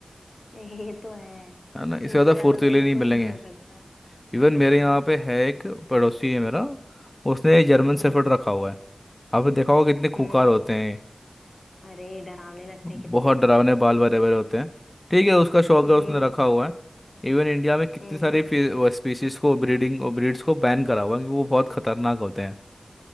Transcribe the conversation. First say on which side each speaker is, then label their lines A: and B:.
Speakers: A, on the left; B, on the left.
A: ये तो है
B: है ना इससे
A: इनसे
B: ज़्यादा
A: ज्यादा
B: फुर्तीले
A: तेज
B: नहीं
A: कोई
B: मिलेंगे
A: नहीं हो सकता
B: इवन
A: हाँ
B: मेरे यहाँ पे है एक पड़ोसी है मेरा उसने जर्मन शेफर्ड
A: हम्म
B: रखा हुआ है आपने देखा होगा कितने
A: हम्म
B: खूंखार होते हैं
A: अरे डरावने लगते
B: बहुत
A: हैं कितने
B: डरावने बाल बरे बरे होते हैं ठीक है उसका शौक
A: हम्म
B: है उसने रखा हुआ है इवन इंडिया में कितनी
A: हम्म
B: सारी स्पीशीज को ब्रीडिंग ब्रीड्स को बैन करा हुआ है क्योंकि वो बहुत खतरनाक होते हैं